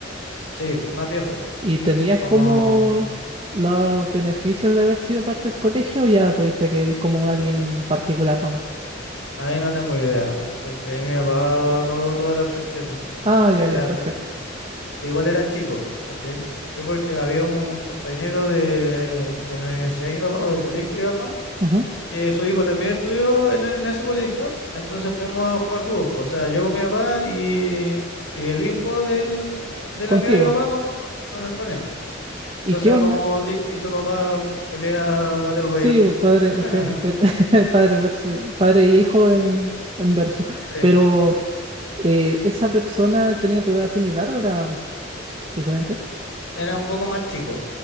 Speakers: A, on the left; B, on the right.
A: Sí, más viejo.
B: ¿Y tenías
A: Como
B: como los beneficios de haber sido parte del colegio o ya tuviste que ir como alguien particular nomás?
A: ahí no tengo idea, porque ahí mi papá pagó todas las cuestiones.
B: Ah, ya,
A: Era,
B: ya, perfecto.
A: eh, igual era chico, ¿cachai? Fue porque había un compañero de, de la universidad de mi papá o del colegio de mi papá,
B: Ujú,
A: que su hijo también estudió en, en ese colegio, entonces fuimos a jugar dúo. po, O sea, yo con mi papá y, y el hijo del, del
B: Contigo.
A: amigo de mi papá con, con, con- con él. Entonces
B: ¿Y qué
A: era
B: onda?
A: como hi- hijo y papá pelea Battle Royale.
B: Sí, pues, padre,
A: <laughs>
B: fe- pe- <laughs> padre, verso, padre y hijo en, en verso.
A: Sí,
B: Pero, eh, ¿esa persona tenía tu edad similar o era diferente?
A: era un poco más chico.